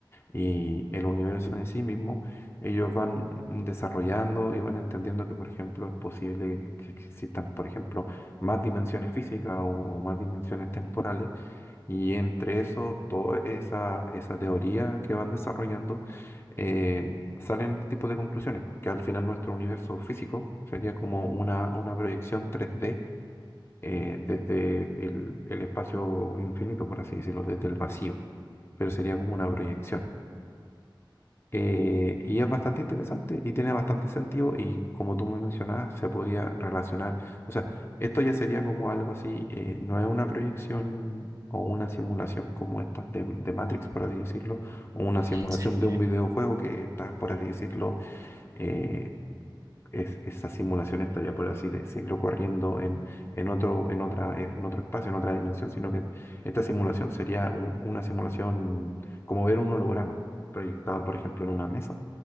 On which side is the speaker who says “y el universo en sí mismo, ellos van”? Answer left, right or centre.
Left